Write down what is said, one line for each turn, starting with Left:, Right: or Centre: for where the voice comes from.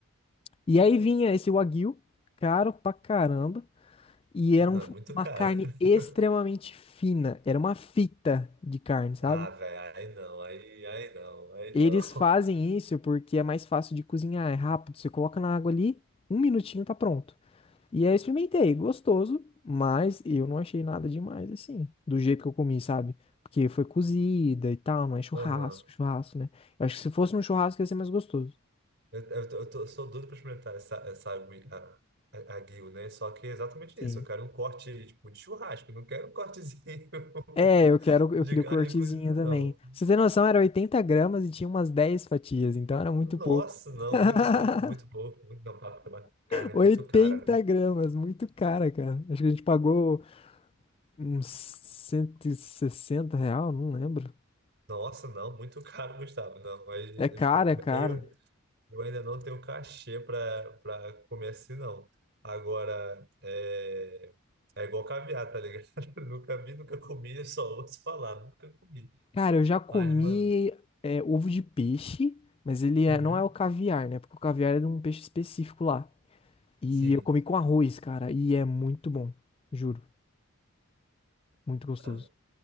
Left: E aí vinha esse wagyu, caro pra caramba, e
Right: Não,
Left: era um-
Right: é muito
Left: uma
Right: caro.
Left: carne
Right: <laughs>
Left: extremamente fina, era uma fita de carne, sabe?
Right: Ah, velho, aí não, aí, aí não, aí
Left: Eles
Right: não. <laughs>
Left: fazem isso porque é mais fácil de cozinhar, é rápido, você coloca na água ali, um minutinho tá pronto. E aí eu experimentei, gostoso, mas eu não achei nada demais assim, do jeito que eu comi, sabe? Porque foi cozida e tal, não é churrasco,
Right: Aham.
Left: churrasco, né? Eu acho que se fosse um churrasco ia ser mais gostoso.
Right: Eu, eu, tô- eu tô- sou doido pra experimentar essa, essa agui- a, a, aguil, né? Só que é exatamente
Left: Sim.
Right: isso. Eu quero um corte, tipo, de churrasco. eu Não quero um cortezinho <laughs>
Left: É, eu quero, eu
Right: de
Left: queria
Right: carne
Left: o cortezinho
Right: cozida,
Left: também.
Right: não.
Left: Pra Você tem noção, era 80 gramas e tinha umas dez fatias, então era muito
Right: Nossa,
Left: pouco.
Right: não,
Left: <laughs>
Right: muito pouco, muito pouco. Muito, não, tá, porque é uma carne
Left: oitenta
Right: muito cara, né?
Left: gramas, muito cara, cara. Acho que a gente pagou uns 160 real, não lembro.
Right: Nossa, não, muito <laughs> caro, Gustavo. Não, mas eu,
Left: É caro,
Right: tipo,
Left: é caro.
Right: eu, eu ainda não tenho cachê para para comer assim, não. Agora, é, é igual caviar, tá ligado? <laughs> Nunca vi, nunca comi, eu só ouço falar, nunca comi.
Left: Cara, eu já comi
Right: Mas, mano,
Left: é, ovo de peixe, mas ele é-
Right: Uhum.
Left: não é o caviar, né? Porque o caviar é de um peixe específico lá. E
Right: sim.
Left: eu comi com arroz, cara, e é muito bom. Juro, muito gostoso.
Right: Ah,